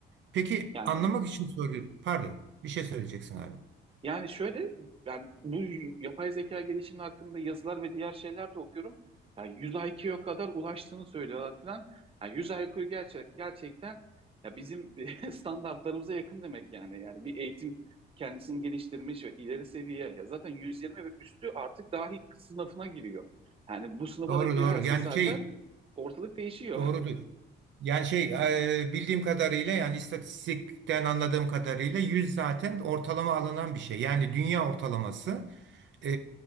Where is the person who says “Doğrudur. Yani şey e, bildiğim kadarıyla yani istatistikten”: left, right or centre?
Right